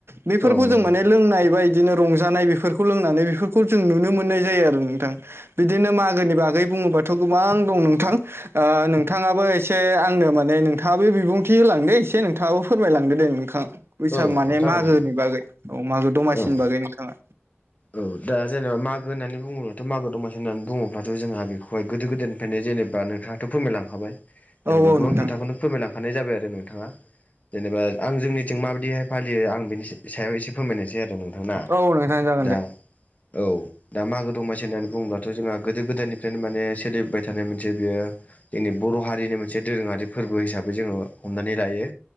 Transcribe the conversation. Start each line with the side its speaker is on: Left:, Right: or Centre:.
Right: बेफोरखौ
Left: नंगौ
Right: जों माने
Left: नोंथां
Right: लोंनाय बाय बिदिनो रंजानाय बेफोरखौ लोंनानै बेफोरखौ जों नुनो मोननाय जायो आरो नोंथां। बिदिनो मागोनि बागै बुङोबाथ' गोबां दं नोंथां नोंथाङाबो एसे आंनो माने दे नोंथाङाबो बिबुंथि होलांदो एसे नोंथाङाबो फोरमायलदो दे नोंथां। बैसाग
Left: औ
Right: माने
Left: जागोन
Right: मागोनि
Left: नोंथां
Right: बागै औ मागो दमासिनि
Left: औ
Right: बागै नोंथांङा
Left: औ दा जेनेबा मागो होननानै बुङोब्लाथ' मागो दमासि होननानै बुंङोब्लाथ' जोंहा बेखौहाय गोदो-गोदायनिफ्रायनो जेनेबा नोंथांङाथ' फोरमायलांखाबाय जेनेबा
Right: औ औ
Left: गोबां
Right: नोंथां
Left: खोथाखौनो फोरमायलांखानाय जाबाय आरो नोंथाङा जेनेबा आं जोंनि जों माबायदिहाय फालियो आं बिनि सायाव एसे फोरमायनायसै आरो। नोंथांना
Right: औ नोंथां जा
Left: दा औ। दा मागो दमासि होननानै बुङोब्लाथ' जोंहा गोदो गोदायनिफ्रायनो माने सोलिबाय थानाय मोनसे बेयो जोंनि। बर' हारिनि मोनसे दोरोङारि फोरबो हिसाबै जोङो हमनानै लायो।